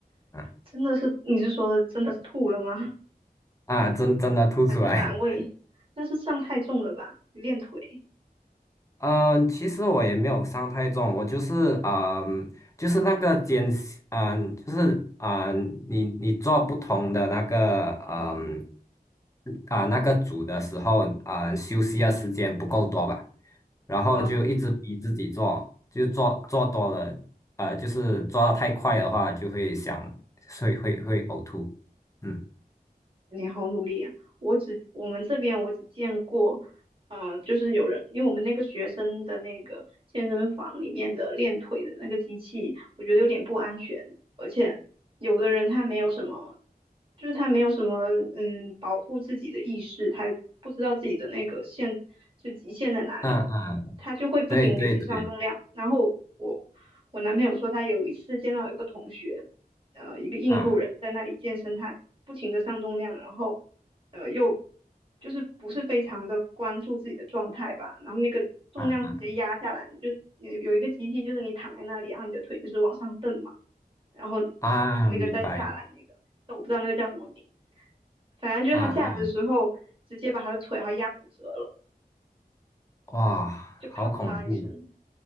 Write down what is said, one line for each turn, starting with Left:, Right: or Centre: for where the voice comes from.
Left: 啊
Right: 真的是你是说的真的是吐了吗？
Left: 啊，真真的吐出来。
Right: <laughs> 还是反胃？那是上太重了吧？练腿？
Left: 嗯，其实我也没有伤太重，我就是嗯，就是那个肩，嗯，就是嗯，你你做不同的那个嗯
Right: 嗯
Left: 啊那个组的时候，啊休息的时间不够多吧，然后就一直逼自己做，
Right: 啊。
Left: 就做做多了，呃，就是做的太快的话，就会想会会会呕吐，嗯
Right: 你好努力啊！我只我们这边我只见过，呃，就是有人，因为我们那个学生的那个健身房里面的练腿的那个机器，我觉得有点不安全，而且有的人他没有什么，就是他没有什么嗯保护自己的意识，他不知道自己的那个限就极限在哪里，
Left: 嗯嗯，
Right: 他就会不停给自己上重量。
Left: 对对对，
Right: 然后我我男朋友说他有一次见到有一个同学。呃一个印度人在那里健身，
Left: 啊
Right: 他不停的上重量，然后呃又就是不是非常的关注自己的状态吧，然后那个重量直接压下来，
Left: 啊
Right: 你就有有一个机器就是你躺在那里，然后你的腿就是往上蹬嘛，然后他那个再下来那个，
Left: 啊，明白
Right: 但我不知道那个叫什么名，反正就是他下来的时候直接把他的腿然后压骨折了，
Left: 啊啊。哇，
Right: 就咔嚓一声，
Left: 好恐怖！